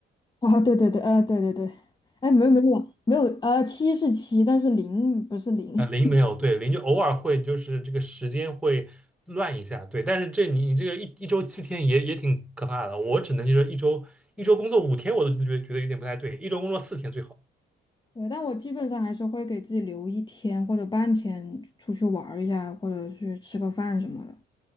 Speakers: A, on the left; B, in the centre.
A: <laughs> 啊，对对对，啊，对对对，哎，没有没有没有，呃，七是七，但是零不是零。<laughs>
B: 啊，零没有，对，零就偶尔会就是这个时间会乱一下，对，但是这你你这个一一周七天也也挺可怕的，我只能就是一周一周工作五天，我都觉得觉得有点不太对，一周工作四天最好。
A: 对，但我基本上还是会给自己留一天或者半天出去玩儿一下，或者去吃个饭什么的。